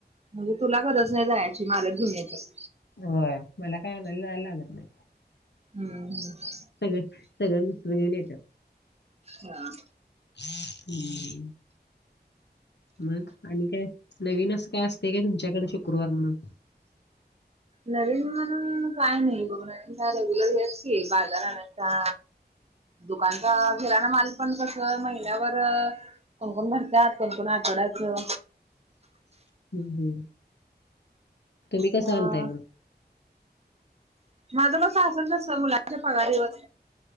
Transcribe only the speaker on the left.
होय मला काही आनायला जा लागत नाही.
सगळं, सगळं मिस्तर घेऊन येतात.
हुं. मग आणि काय? नवीन असं काय असतय का तुमच्याकडे शुक्रवार म्हणून?
हुं हुं. तुम्ही कसं
आणताय मग?